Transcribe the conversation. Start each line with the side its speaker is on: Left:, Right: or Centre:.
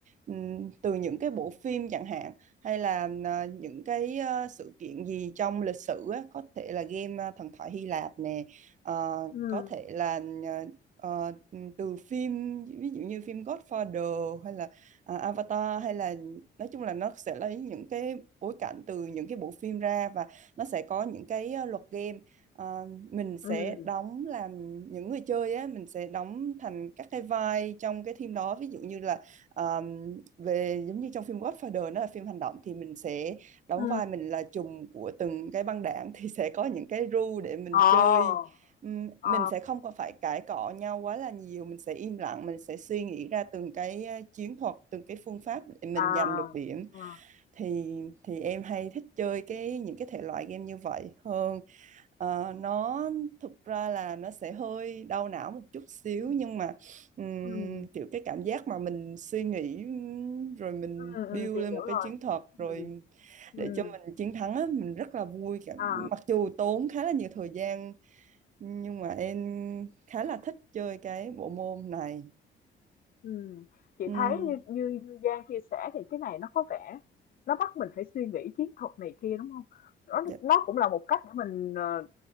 Right: ừm, từ những cái bộ phim chẳng hạn hay là à, những cái à, sự kiện gì trong lịch sử á, có thể là game à, thần thoại Hy Lạp nè ờ,
Left: ừ
Right: có thể là à, ờ, từ phim ví dụ như phim Godfather hay là à, Avatar hay là nói chung là nó sẽ lấy những cái bối cảnh từ những cái bộ phim ra và nó sẽ có những cái à, luật game Ờ, mình sẽ
Left: ừ
Right: đóng làm những người chơi á mình sẽ đóng thành các cái vai trong cái phim đó ví dụ như là ờm, về giống như trong phim Godfather nó là phim hành động thì mình sẽ đóng
Left: ừ
Right: vai mình là trùm của từng cái băng đảng thì sẽ có những cái rule để mình
Left: Ồ,
Right: chơi Ừm,
Left: ờ,
Right: mình sẽ không có phải cãi cọ nhau quá là nhiều mình sẽ im lặng mình sẽ suy nghĩ ra từng cái ờ, chiến thuật từng cái phương pháp để mình
Left: à,
Right: giành được điểm
Left: ờ,
Right: thì thì em hay thích chơi cái những cái thể loại game như vậy hơn Ờ, nó thực ra là nó sẽ hơi đau não một chút xíu
Left: ừm,
Right: nhưng mà ừm,
Left: ừm,
Right: kiểu cái cảm giác mà mình suy nghĩ ừm, rồi mình
Left: ừm, ừm,
Right: build
Left: chị
Right: lên
Left: hiểu
Right: một cái
Left: rồi.
Right: chiến thuật rồi
Left: Ừm, ừm,
Right: để cho mình chiến thắng á, mình rất là vui cảm
Left: à,
Right: mặc dù tốn khá là nhiều thời gian nhưng mà em khá là thích chơi cái bộ môn này.
Left: ừm. Chị
Right: Ừm,
Left: thấy như như như Giang chia sẻ thì cái này nó có vẻ nó bắt mình phải suy nghĩ chiến thuật này kia đúng không? Nó
Right: dạ
Left: nó cũng là một cách để mình ờ,